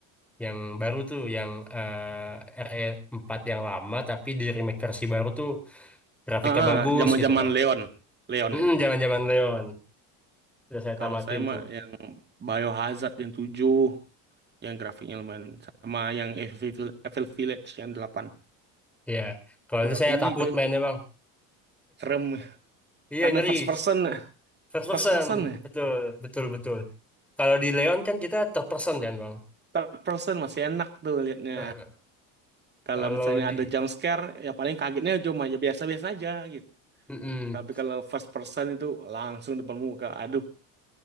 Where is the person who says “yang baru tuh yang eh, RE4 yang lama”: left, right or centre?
Centre